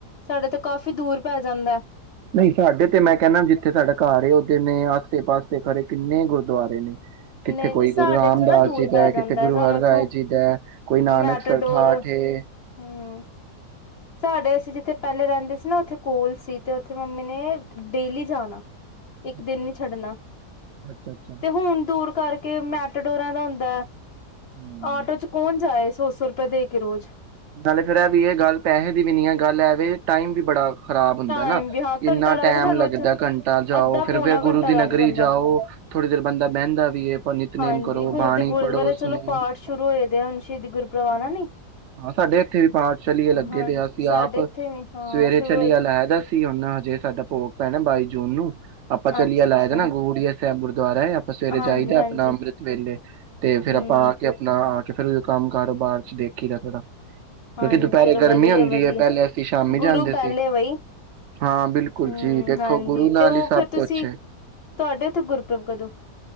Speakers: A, on the left (about 55°); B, on the right (about 80°).
A: ਸਾਡਾ ਤੇ ਕਾਫ਼ੀ ਦੂਰ ਪੈ ਜਾਂਦਾ
B: ਨਈ ਸਾਡੇ ਤੇ ਮੈਂ ਕੇਹਨਾ ਜਿੱਥੇ ਸਾਡਾ ਘਰ ਉਦੇ ਨੇ ਆਸੇ ਪਾਸੇ ਖਰੇ ਕਿੰਨੇ ਗੁਰਦੁਆਰੇ ਨੇ? ਕਿੱਥੇ
A: ਨਹੀਂ
B: ਕੋਈ
A: ਨਹੀਂ ਸਾਡੇ
B: ਗੁਰੂ ਰਾਮਦਾਸ
A: ਇੱਥੋਂ ਨਾ ਦੂਰ
B: ਜੀ ਦੈ,
A: ਪੈ ਜਾਂਦਾ
B: ਕਿੱਥੇ ਗੁਰੂ
A: ਹੈ ਸਾਨੂੰ
B: ਹਰ
A: ਇੱਥੋਂ
B: ਰਾਏ ਜੀ ਦੈ, ਕੋਈ ਨਾਨਕ
A: ਮੈਟਾਡੋਰ
B: ਸਰ ਠਾਠ ਏ।
A: ਹਮ ਸਾਡੇ ਅਸੀਂ ਜਿੱਥੇ ਪਹਿਲੇ ਰਹਿੰਦੇ ਸੀ ਨਾ, ਔਥੇ ਕੋਲ ਸੀ ਤੇ ਓਥੇ ਮੰਮੀ ਨੇ, ਡੇਲੀ ਜਾਨਾ। ਇੱਕ
B: ਅੱਛਾ
A: ਦਿਨ ਨੀ
B: ਅੱਛਾ
A: ਛੱਡਨਾ,
B: ਅੱਛਾ ਅੱਛਾ
A: ਤੇ ਹੁਣ ਦੂਰ ਕਾਰਕੇ ਮੈਟਾਡੋਰਾਂ ਦਾ ਹੁੰਦੈ
B: ਹਮ
A: ਆਟੋ ਚ ਕੌਣ ਜਾਏ ਸੌ-ਸੌ ਰੁਪ ਤਾ ਦੇ ਕੇ ਰੋਜ਼।
B: ਨਾਲੇ ਫੇਰ ਐ ਵੀ ਗੱਲ ਪੈਹੇ ਦੀ ਵੀ ਨੀ ਐ ਗੱਲ ਐਵ ਫੇ ਟਾਈਮ ਵੀ ਬੜਾ ਖ਼ਰਾਬ ਹੁੰਦਾ
A: ਟਾਈਮ
B: ਨਾ
A: ਵੀ ਹਾਂ
B: ਏਨਾਂ
A: ਘੰਟਾ ਲੱਗਦਾ
B: ਟੈਮ
A: ਸਾਨੂੰ
B: ਲੱਗਦੈ
A: ਇੱਥੇ
B: ਘੰਟਾ ਜਾਔ
A: ਅੱਧਾ
B: ਫੇਰ-ਫੇਰ
A: ਪੌਣਾ
B: ਗੁਰੂ
A: ਘੰਟਾ
B: ਦੀ
A: ਲੱਗ
B: ਨਗਰੀ
A: ਜਾਂਦਾ
B: ਜਾਔ ਥੋੜ੍ਹੀ ਦੇਰ ਬੰਦਾ ਬੇਂਦਾ ਵੀ ਏ ਫੇਰ ਨਿਤਨੇਮ
A: ਹਾਂਜੀ
B: ਕਰੋ
A: ਹੁਣ
B: ਬਾਣੀ
A: ਤੇ ਗੁਰਦੁਆਰੇ
B: ਪੜ੍ਹੋ ਸੁਣੋ,
A: ਚਲੋ ਪਾਠ ਸ਼ੁਰੂ
B: ਹੂੰ।
A: ਹੋਏ ਦੇ ਆ ਹੁਣ ਸ਼ਹੀਦੀ ਗੁਰਪੁਰਬ ਆਣਾ ਨੀ।
B: ਹਾਂ ਸਾਡੇ ਇੱਥੇ ਵੀ ਪਾਠ ਚਲੀਏ ਲੱਗੇ
A: ਹਾਂਜੀ
B: ਦੇ ਆ ਅਸੀਂ
A: ਸਾਡੇ
B: ਆਪ
A: ਇੱਥੇ ਵੀ ਹਾਂ
B: ਸਵੇਰੇ
A: ਸ਼ੁਰੂ
B: ਚਲੀਏ
A: ਹੋਏ
B: ਲਾ ਐਦਾ ਸੀ ਹੁਨ ਹਜੇ ਸਾਡਾ ਭੋਗ ਪੈਨਾ ਬਾਈ ਜੂਨ ਨੂੰ। ਆਪਾਂ ਚਲੀਆ
A: ਅੱਛਾ-ਅੱਛਾ
B: ਲਾਯਾ ਦਾ ਨਾ ਗੂੜੀਆ <unintelligible> ਦੁਬਾਰਾ ਏ ਆਪਾਂ ਸਵੇਰੇ
A: ਹਾਂਜੀ-ਹਾਂਜੀ
B: ਜਾਈਦਾ ਆਪਾਨ ਅੰਮ੍ਰਿਤ ਵੇਲੇ ਤੇ ਫੇਰ
A: ਹੂੰ
B: ਆਪਾਂ ਆ ਕੇ ਆਪਨਾ ਤੇ ਫੇਰ ਔਈਔ ਕੰਮ ਕਾਰੋਬਾਰ ਚ ਦੇਖੀਦੈ ਥੌੜਾ ਕਿਉਂਕਿ
A: ਹਾਂਜੀ
B: ਦੁਪੈਰੇ
A: ਚਲੋ
B: ਗਰਮੀ
A: ਵਧੀਆ-ਵਧੀਆ
B: ਹੁੰਦੀ ਏ ਪੈਲੇ ਅਸੀਂ ਸ਼ਾਮੀ
A: ਗੁਰੂ
B: ਜਾਂਦੇ ਸੀ।
A: ਪਹਿਲੇ ਬਈ
B: ਹਾਂ, ਬਿਲਕੁਲ
A: ਹੂੰ
B: ਜੀ ਦੇਖੋ
A: ਹਾਂਜੀ
B: ਗੁਰੂ ਨਾਲ
A: ਤੇ ਉਹ
B: ਹੀ ਸੱਭ
A: ਫਿਰ ਤੁਸੀਂ
B: ਕੁਛ ਏ,
A: ਤੁਹਾਡੇ ਉੱਥੇ ਗੁਰਪੁਰਬ ਕਦੋਂ